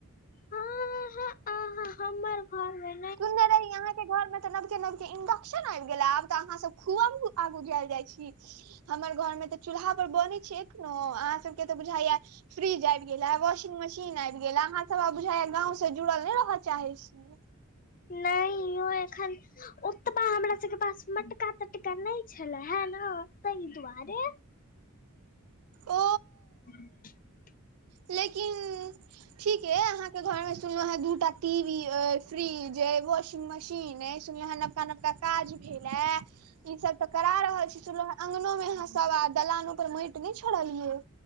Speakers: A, on the left; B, on the right.
A: हँ हँ अ हमर घर में
B: कहने रही अहाँके घरमे तऽ नबके-नबके इंडक्शन आइब गेला आब तऽ अहाँ सब खुआब आगू जैल जाइ छी। हमर घर में तऽ चूल्हा पर बनै छै एखनो अहाँ सब के तऽ बूझाय या फ्रिज आइब गेल ए वाशिंग मशीन आइब गेल आ आहाँ सब अब। बुझाइयै गाँंव से जुड़ल नैय रहऽ चाहै छी।
A: नैय ओ एखन। ओतबा हमरा सबके पास मटका-तटका नैय छेलै है न तय दुआरे
B: ओ।
A: <unintelligible>
B: लेकिन ठीके अहाँके घर में सुनलौं हैं दूटा टीवी अइ, फ्रिज अइ, वॉशिंग मशीन अइ सुनलौं हैं नब नबका-नबका काज भेलै ई सब तऽ करा रहल छी सुनलौं हैं अंगनो में अहाँ सब आद दलानो पर मइट नैय छोड़लियै